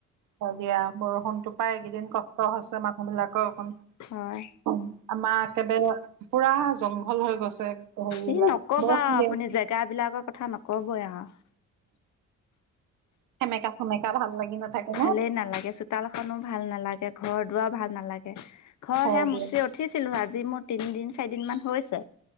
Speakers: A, on the right (about 85°); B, on the left (about 70°).
A: হয় দিয়া, বৰষুণতো পাই এইকেইদিন কষ্ট হৈছে মানুহবিলাক। আমাৰ
B: হয়
A: একবাৰে পুৰা জংগ ভল হৈ গৈছে হেৰিবিলাক।
B: ই নকবা
A: বৰষুণ।
B: আপুনি
A: উম।
B: জেগাবিলাকৰ কথা নকবই আৰু।
A: সেমেকা সেমেকা ভাল লাগি ন নাথাকে
B: ভালেই নালাগে, চোতালখনো ভাল নালাগে। ঘৰ দুৱাৰ ভাল নালাগে। ঘৰ
A: হয়
B: সেই
A: দিয়ে
B: মচি উঠ উঠিছিলোঁহে, আজি মোৰ তিনিদিন-চাৰিদিনমান হৈছে।